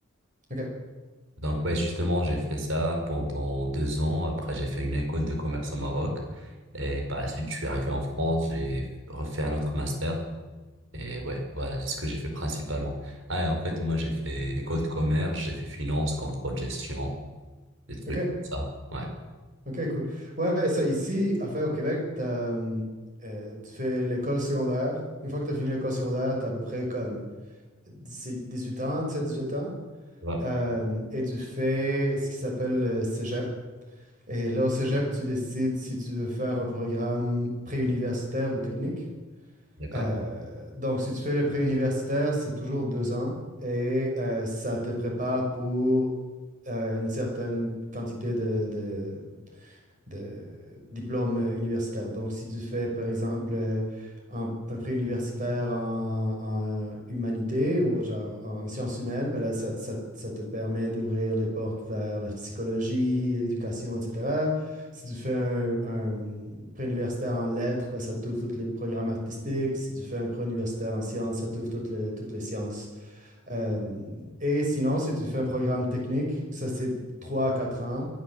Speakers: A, on the right; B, on the right.
A: OK,
B: Donc ouais, justement, j'ai fait ça pendant deux ans. Après, j'ai fait une école de commerce au Maroc. Et par la suite, je suis arrivé en France, j'ai refait un autre master. Et ouais, voilà, c'est ce que j'ai fait principalement. Ah, et en fait, moi, j'ai fait école de commerce, j'ai fait finance, contrôle, gestion, des trucs
A: OK,
B: comme ça. Ouais.
A: OK, cool. Ouais, ça, ici, à faire au Québec, t'as, hum, euh, tu fais l'école secondaire. Une fois que tu as fini l'école secondaire, tu as à peu près comme dix dix-huit ans, dix-sept dix-huit ans.
B: Ouais.
A: Euh, et tu fais ce qui s'appelle le cégep. Et là, au cégep, tu décides si tu veux faire un programme préuniversitaire ou technique.
B: D'accord.
A: Euh, donc, si tu fais le pré-universitaire, c'est toujours deux ans et euh, ça te prépare pour euh, une certaine quantité de, de- de diplôme universitaire. Donc, si tu fais, par exemple, euh, un, pré-universitaire en, en humanité ou genre en, en sciences humaines, ben là, ça, ça- ça te permet d'ouvrir les portes vers la psychologie, l'éducation, etc. Si tu fais un, un universitaire en lettres, ben, ça t'ouvre tous les programmes artistiques. Si tu fais un pré-universitaire en sciences, ça t'ouvre toutes les, toutes les sciences. Euh, et sinon, si tu fais un programme technique, ça c'est 3 à 4 ans.